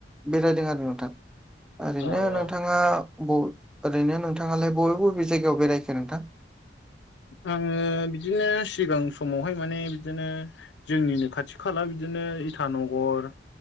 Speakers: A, in the centre; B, on the left.
A: बेरायदों आरो नोंथां ओरैनो
B: औ औ
A: नोंथाङा ओरैनो नोंथाङालाय बबे बबे जायगायाव बेरायखो नोंथां?
B: आङो बिदिनो सिगां समावहाय माने बिदिनो जोंनिनो खाथि खाला बिदिनो इटानगर